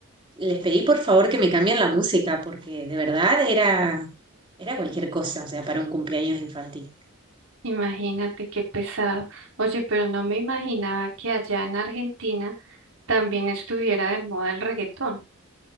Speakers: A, on the right; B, on the right.
A: les pedí por favor que me cambien la música, porque de verdad era, era cualquier cosa, o sea, para un cumpleaños infantil.
B: Imagínate qué pesado. Oye, pero no me imaginaba que allá en Argentina también estuviera de moda el reggaetón.